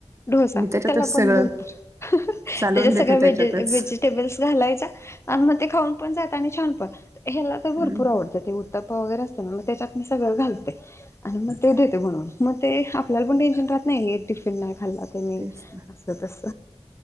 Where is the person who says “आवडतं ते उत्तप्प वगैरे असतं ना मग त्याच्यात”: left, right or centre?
Left